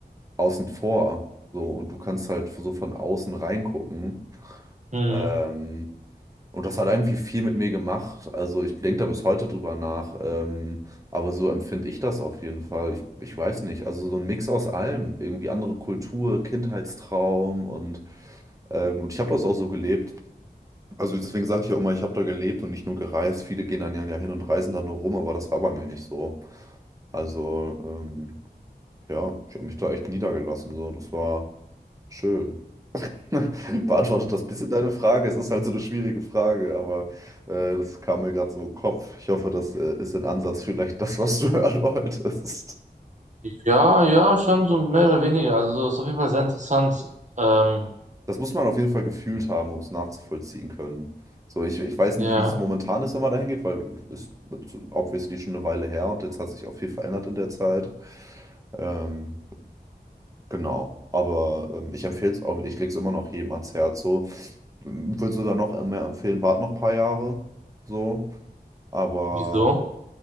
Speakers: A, on the right; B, on the right.
A: außen vor. So, und du kannst halt so von außen reingucken.
B: Mhm.
A: Ähm, und das hat irgendwie viel mit mir gemacht. Also ich denke da bis heute drüber nach. Ähm, aber so empfinde ich das auf jeden Fall. Ich, ich weiß nicht. Also so ein Mix aus allem. Irgendwie andere Kultur, Kindheitstraum und, ähm, und ich habe das auch so gelebt. Also deswegen sage ich ja immer, ich habe da gelebt und nicht nur gereist. Viele gehen dann ja ja hin und reisen da nur rum, aber das war bei mir nicht so. Also ähm, ja, ich habe mich da echt niedergelassen so. Das war schön. <laughs> Beantwortet das bisschen deine Frage? Es ist halt so eine schwierige Frage, aber äh, das kam mir gerade so im Kopf. Ich hoffe, das äh, ist in Ansatz vielleicht das, was du <laughs> hören wolltest.
B: Ja, ja, schon so mehr oder weniger. Also so ist auf jeden Fall sehr interessant. Ähm,
A: Das muss man auf jeden Fall gefühlt haben, um es nachzuvollziehen können. So, ich, ich weiß nicht,
B: ja,
A: wie es momentan ist, wenn man dahin geht, weil es ist obviously schon eine Weile her und jetzt hat sich auch viel verändert in der Zeit. Ähm, genau, aber ähm, ich empfehle es auch, ich lege es immer noch jedem ans Herz. So, würde sogar noch mehr empfehlen, wart noch ein paar Jahre. So, aber.
B: wieso?